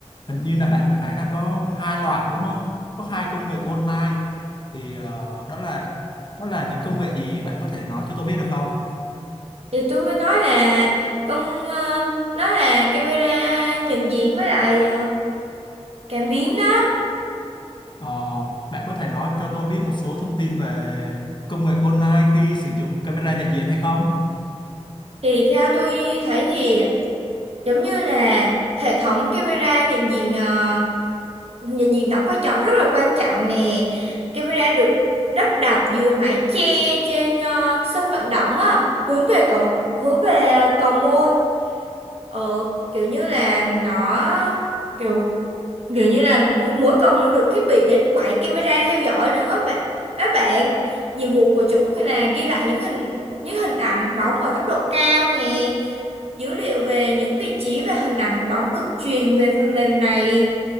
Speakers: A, on the left; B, on the right.
A: hình như là bạn vừa nãy là có hai loại đúng không? Có hai công nghệ gold line thì ờ, đó là đó là những công nghệ gì bạn có thể nói cho tôi biết được không?
B: thì tôi mới nói là con ờ, nó là camera nhận diện với lại ờ, cảm biến đó
A: Ờ, bạn có thể nói cho tôi biết một số thông tin về công nghệ gold line khi sử dụng camera nhận diện hay không?
B: thì theo tôi thấy thì giống như là hệ thống camera nhận diện ờ, nhận diện đóng vai trò rất là quan trọng nè camera được lắp đặt dưới mái che trên ờ, sân vận động á hướng về cổng hướng về cầu môn ở kiểu như là nó kiểu Kiểu như là mỗi, mỗi cổng nó được thiết bị đến 7 camera theo dõi nữa các bạn. Các bạn, nhiệm vụ của chúng là ghi lại những hình những hình ảnh bóng ở tốc độ cao nè, dữ liệu về những vị trí và hình ảnh bóng được truyền về phần mềm này,